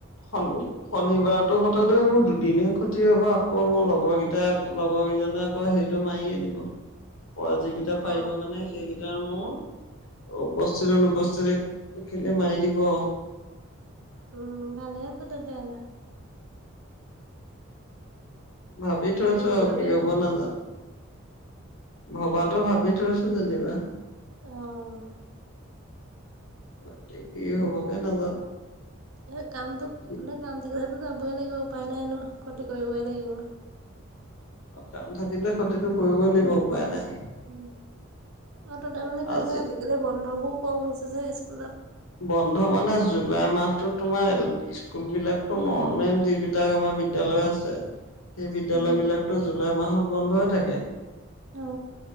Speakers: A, on the left; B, on the right.
A: সন্দ শনিবাৰতো সতেটো মোৰ দুদিনহে ক্ষতি হব আকৌ মোৰ লগৰ কেইটাক লগৰ কেইজনে হেইটো মাৰিয়ে দিব পৰা যিকেইটা পাৰিব
B: অ
A: মানে সেইকেইটাৰ মোৰ উপস্থিত অনুপস্থিতখিনি মাৰি দিব।
B: উম, ভালে হব তেতিয়া হলে।
A: ভাবি থৈছো
B: চলি
A: আৰু
B: গ'লেই
A: কি হ'ব
B: হ'ল আৰু
A: নাজানো। ভবাতো ভাবি থৈছো যেনিবা।
B: অ'।
A: বাক কি হ'ব গে নাজানো।
B: অ', কামটো
A: কি
B: ন কাম থাকিলে টো যাবই লাগিব উপায় নাই ন ক্ষতি কৰিবই লাগিব।
A: কাম থাকিলে ক্ষতিটো কৰিবই লাগিব উপায় নাই।
B: উম, আৰু তাতে মানে
A: আজি
B: কি হৈছে আজিকালি বন্ধবোৰ কম হৈছে যে স্কুলত।
A: বন্ধ মানে জুলাই মাহতো তোমাৰ স্কুল বিলাকতো নৰ্মেল যিবিলাক আমাৰ বিদ্যালয় আছে সেই বিদ্যালয়বিলাকতো
B: উম
A: জুলাই মাহত বন্ধই থাকে।
B: অঁ।